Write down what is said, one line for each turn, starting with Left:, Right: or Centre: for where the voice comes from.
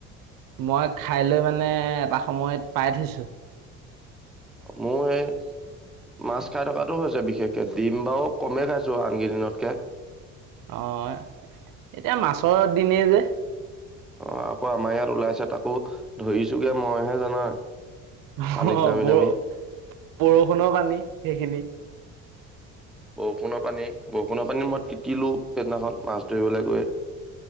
Right: মই খাই লৈ মানে এটা সময়ত পাই থৈছো।
Centre: মো এই মাছ খাই থকাটো হৈছে বিশেষকে ডিম বাৰু কমেই খাইছোঁ আনকেইদিনতকে
Right: অহ, এ'এতিয়া মাছৰ দিনেই যে
Centre: অহ, আকৌ আমাৰ ইয়াত ওলাইছে তাকো ধৰিছোগে মইহে জানা
Right: অহ,
Centre: পানীত নামি
Right: বৰ
Centre: নামি
Right: -বৰষুণৰ পানী সেইখিনি
Centre: বৰষুণৰ পানী বৰষুণৰ পানীত মই তিতিলো সেইদিনাখন মাছ ধৰিবলৈ গৈ